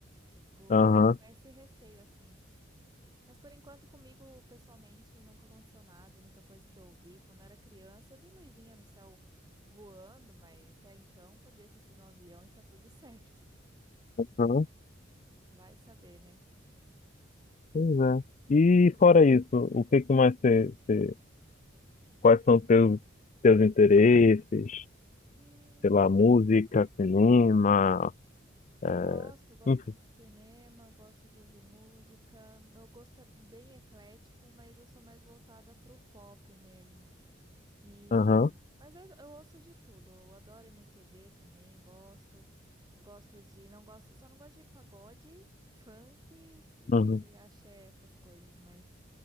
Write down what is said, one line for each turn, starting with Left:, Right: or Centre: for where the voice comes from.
Right: Eu fico
Left: Aham,
Right: com esse receio assim. Mas por enquanto, comigo, pessoalmente, nunca aconteceu nada. A única coisa que eu vi quando era criança, eu vi luzinha no céu voando, mas até então podia ter sido um avião e tá tudo <laughs> certo.
Left: aham,
Right: Vai saber, né?
Left: pois é. E fora isso, o que que mais você, você- quais são teus teus interesses?
Right: Hum,
Left: Sei lá, música, cinema,
Right: eu
Left: é,
Right: gosto, gosto
Left: enfim.
Right: de cinema, gosto de ouvir música. Meu gosto é bem eclético, mas eu sou mais voltada pro pop mesmo. E...
Left: Aham,
Right: Mas eu, eu ouço de tudo. Eu adoro MPB também, gosto. Eu gosto de. Não gosto, só não gosto de pagode, funk e,
Left: uhum,
Right: axé, essas coisas, mas